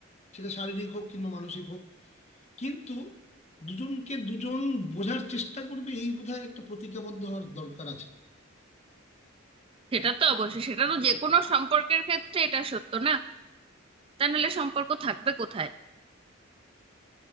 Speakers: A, on the left; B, on the right.
A: সেটা শারীরিক হোক কিংবা মানসিক হোক কিন্তু দুজনকে দুজন বোঝার চেষ্টা করবে এই বোধহয় একটা প্রতিজ্ঞাবদ্ধ হওয়ার দরকার আছে
B: সেটা তো অবশ্যই সেটা তো যে কোনো সম্পর্কের ক্ষেত্রে এটা সত্য না তা নাহলে সম্পর্ক থাকবে কোথায়